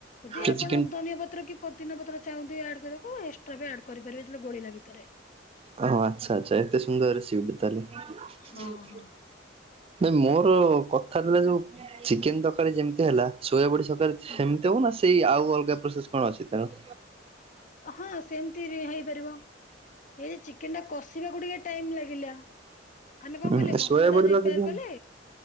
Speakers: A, on the left; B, on the right.
A: ଯଦି
B: ସେ
A: ଆପଣ
B: ଚିକେନ
A: ଧନିଆ ପତ୍ର କି ପୋଦିନା ପତ୍ର ଚାହୁଁଥିବେ ଆଡ କରିବାକୁ ଏକ୍ସଟ୍ରା ବି ଆଡ କରିପାରିବେ ଗୋଳିଲା ଭିତରେ।
B: ଓ ଆଚ୍ଛା ଆଚ୍ଛା ଏତେ ସୁନ୍ଦର ରେସିପିଟେ ତାହେଲେ।
A: ହଁ ହଁ।
B: ମୋର କଥା ଥିଲା ଯୋଉ ଚିକେନ ତରକାରୀ ଯେମିତି ହେଲା। ସୋୟାବଡି ସରକାରୀ
A: ହୁଁ
B: ସେମିତି ହବ ନା ସେଇ ଆଉ ଅଲଗା ପ୍ରୋସେସ କଣ ଅଛି ତାର?
A: ହଁ ସେମିତି ହେଇପାରିବ ଏଇ ଯେ ଚିକେନ ଟା କସିବାକୁ ଟିକେ ଟାଇମ ଲାଗିଲା। ଆମେ କଣ
B: ଉଁ,
A: କଲେ ମସଲା
B: ସୋୟାବଡିର
A: ଟା ରିପେୟାର
B: ଯଦି
A: କଲେ,